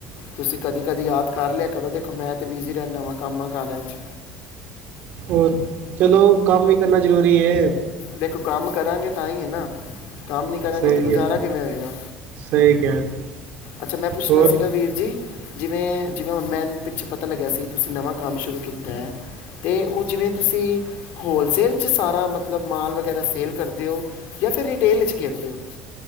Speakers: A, on the left; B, on the right.
A: ਤੁਸੀਂ ਕਦੀ- ਕਦੀ ਯਾਦ ਕਰ ਲਿਆ ਕਰੋ ਦੇਖੋ ਮੈਂ ਤੇ ਬਿਜ਼ੀ ਰਹਨਾ ਵਾਂ ਕੰਮ ਆ ਕਾਰਾਂ ਚ।
B: ਹੋਰ ਚਲੋ ਕੰਮ ਵੀ ਕਰਨਾ ਜ਼ਰੂਰੀ ਐ।
A: ਦੇਖੋ ਕੰਮ ਕਰਾਂਗੇ ਤਾਂ ਹੀ ਐ ਨਾ। ਕੰਮ ਨੀ ਕਰਾਂਗੇ
B: ਸਹੀ
A: ਤੇ ਗੁਜ਼ਾਰਾ
B: ਹੈ
A: ਕਿਵੇਂ ਹੋਏਗਾ?
B: ਸਹੀ ਕਿਹਾ ਜੀ
A: ਅੱਛਾ ਮੈਂ ਪੁੱਛਣਾ
B: ਹੋਰ
A: ਸੀਗਾ ਵੀਰ ਜੀ ਜਿਵੇਂ- ਜਿਵੇਂ ਹੁੱਣ ਮੈਂ ਨ ਪਿੱਛੇ ਪਤਾ ਲੱਗਿਆ ਸੀ ਤੁਸੀਂ ਨਵਾਂ ਕੰਮ ਸ਼ੁਰੂ ਕੀਤਾ ਐ। ਤੇ ਉਹ ਜਿਵੇਂ ਤੁਸੀਂ, ਹੋਲਸੇਲ ਚ ਸਾਰਾ ਮਤ ਲਬ ਮਾਲ ਵਗੈਰਾ ਸੇਲ ਕਰਦੇ ਹੋ, ਯਾ ਫੇਰ ਰਿਟੇਲ ਵਿੱਚ ਕਰਦੇ ਹੋ?